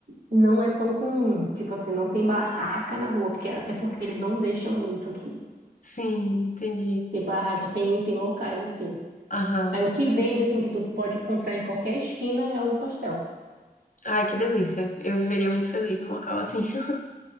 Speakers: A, on the right (about 85°); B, on the left (about 50°).
A: E não é tão comum. Tipo assim, não tem barraca na rua, porque até porque eles não deixam muito aqui.
B: sim, entendi.
A: Tem barraca, tem, tem locais assim.
B: Aham.
A: Aí o que vende, assim, que tu pode comprar em qualquer esquina é o pastel.
B: Ai, que delícia. Eu viveria muito feliz num local assim. <laughs>